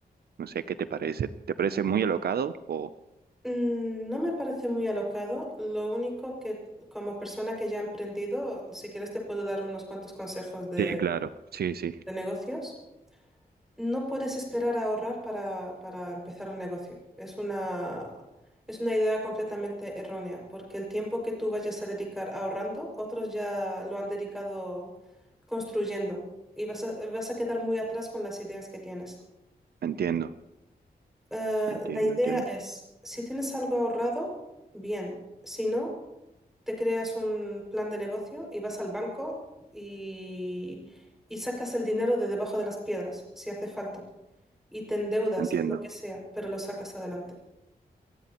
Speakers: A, on the right; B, in the centre.
A: No sé, ¿qué te parece? ¿Te parece muy alocado o...?
B: Mm, No me parece muy alocado. Lo único que como persona que ya ha emprendido, si quieres te puedo dar unos cuantos consejos de,
A: Sí, claro, sí, sí,
B: de negocios. No puedes esperar a ahorrar para, para empezar un negocio. Es una, es una idea completamente errónea, porque el tiempo que tú vayas a dedicar ahorrando, otros ya lo han dedicado construyendo y vas a, vas a quedar muy atrás con las ideas que tienes.
A: entiendo,
B: Eh,
A: entiendo,
B: la idea
A: entiendo,
B: es, si tienes algo ahorrado, bien. Si no, te creas un plan de negocio y vas al banco y, y sacas el dinero de debajo de las piedras, si hace falta y te endeudas,
A: entiendo,
B: lo que sea, pero lo sacas adelante.